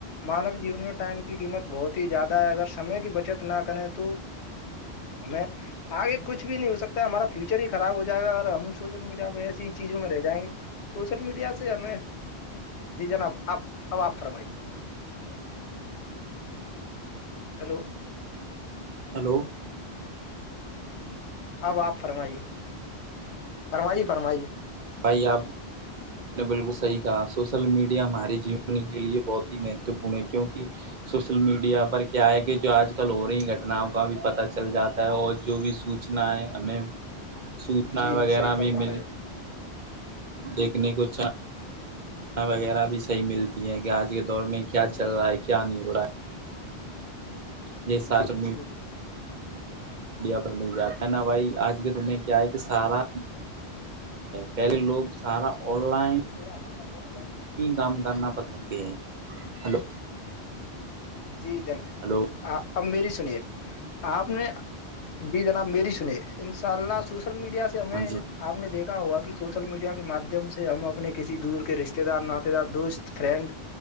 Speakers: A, on the left (about 85°); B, on the right (about 50°).
A: مانو جیون میں ٹائم کی قیمت بہت ہی زیادہ ہے اگر سے کی بچت نہ کریں تو ہمیں آگے کچھ بھی نہیں ہو سکتا ہے ہمارا فیوچر ہی خراب ہو جائے گا اور ہم سوشل میڈیا پہ ایسی ہی چیزوں میں رہ جائیں گے سوشل میڈیا سے ہمیں جی جناب آپ اب آپ فرمائیے ہیلو
B: ہیلو
A: اب آپ فرمائیے فرمائیے فرمائیے
B: بھائی آپ نے بالکل صحی کہا سوشل میڈیا ہمارے جیون کے لیے بہت ہی مہتوپورن ہے کیوںکہ سوشل میڈیا پر کیا ہے کہ جو آج کل ہو رہی گٹناؤں کا بھی پتا چل جاتا ہے اور جو بھی سوچنائیں ہمیں سوچنا
A: جی
B: وغیرہ
A: صحیح فرما
B: بھی مل
A: رہے ہو
B: دیکھنے کو چاہ وغیرہ بھی صح ملتی ہے کہ آج کے دور میں کیا چل رہا ہے کیا نہیں ہو رہا ہے یہ سچمی
A: جی
B: مڈیا پر مل جاتا ہے نا بھائی آج کے دن میں کیا ہے کہ سارا پہلے لوگ سارا آن لائن
A: تو حالنا پاننے
B: کام کرنا پس سکتے ہیں ہلو
A: جی جناب
B: ہلو
A: اب میری سنیے آپ نے جی جناب میری سنی ان شاء اللہ
B: ہاں
A: سوشل میڈیا سے ہمیں
B: جی
A: آپ نے دیکھا ہوا کہ سوشل میڈیا کے مادھیم سے ہم اپنے کسی دور کے رشتے دار ناات دار دوست فرینڈ